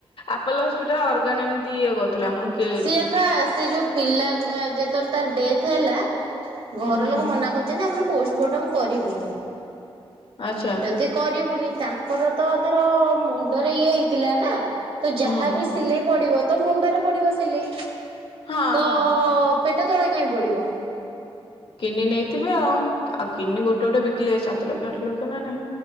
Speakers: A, on the left; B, on the right.
A: ଆପୋଲୋ ହପିଟାଲ ଅର୍ଗାନ ଏମିତି ଇଏ କରୁଥିଲା। କେ
B: ସିଏପା ସେ ଯୋଉ ପିଲା ଯେତେବେଳେ ତାର ଡେଥ ହେଲା ଘର
A: ହୁଁ
B: ଲୋକ ମନା କରିୁଛନ୍ତି, ଆମର ପୋଷ୍ଟମର୍ଟମ କରିବୁନି
A: ଆଚ୍ଛା
B: ଯଦି କରିବୁନି ତାଙ୍କର ତ ଧର ମୁଣ୍ଡରେ ଇଏ ହେଇଥିଲା ନା ତ ଯାହା
A: ହୁଁ
B: ବି ସିଲେଇ ପଡିବ ତ ମୁଣ୍ଡରେ ପଡିବ ସିଲେଇ
A: ହଁ
B: ତ
A: ହଁ।
B: ପେଟ ତଳେ କାଇହିଁ ପଡିବ?
A: କିଡନି ନେଇଥିବେ, ଆଉ ଆଉ କିଡନି ଗୋଟେ ଗୋଟେ ବିକିଲେ ସାତ ଲକ୍ଷ ଆଠ ଲକ୍ଷ ନା ନାଇଁ?